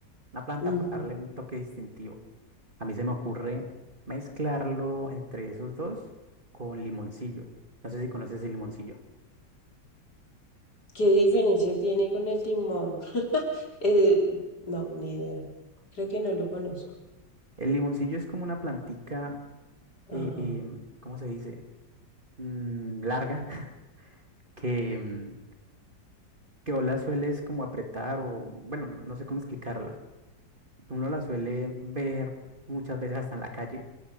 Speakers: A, on the right (about 30°); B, on the left (about 65°).
A: una planta
B: Ujú.
A: para darle un toque distintivo. A mí se me ocurre mezclarlo entre esos dos con limoncillo. No sé si conoces el limoncillo.
B: ¿Qué diferencia tiene con el limón? <laughs> Eh, no, ni idea. Creo que no lo conozco.
A: El limoncillo es como una plantica, eh,
B: Ajá.
A: em, ¿cómo se dice? Mm, larga, <laughs> que, mm, que o la sueles como apretar o, bueno, no, no sé cómo explicarla. Uno la suele ver muchas veces hasta en la calle.